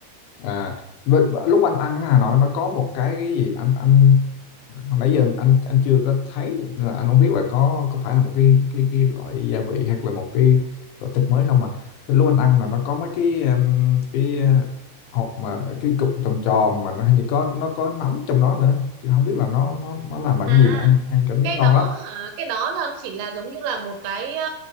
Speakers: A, on the left; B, on the right.
A: à vậy- lúc anh ăn à nói nó có một cái cái gì anh anh nãy giờ anh anh chưa có thấy là anh không biết là có có phải là một cái cái cái loại gia vị hoặc là một cái loại thịt mới không mà thì lúc anh ăn là nó có mấy cái um, cái uh, hột mà cái cục tròn tròn mà nó hình như có nó có nấm trong đó nữa Thì không biết là nó nó nó làm bằng
B: à
A: cái gì mà ăn ăn cảm
B: cái
A: giác ngon
B: đó
A: lắm
B: hả? cái đó là nó chỉ là giống như là một cái ờ,